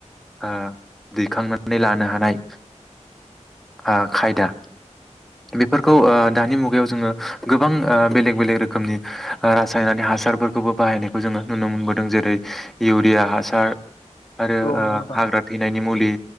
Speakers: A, in the centre; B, on the left.
A: आ दैखांनो नानै लानो हानाय ओ खायदा बेफोरखौ ओ दानि मुगायाव जोङो गोबां ओ बेलेग बेलेग रोखोमनि रासायनारि हासारफोरखौबो बाहायनायखौ जोङो नुनो मोनबोदों जेरै इउरिया हासार आरो
B: औ
A: ओ
B: नंगौ नोंथां
A: हाग्रा थैनायनि मुलि